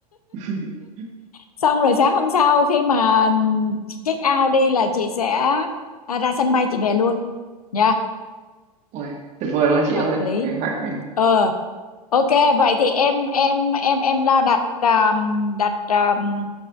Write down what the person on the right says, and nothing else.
<laughs>
ui tuyệt vời luôn chị
ơi
kế hoạch này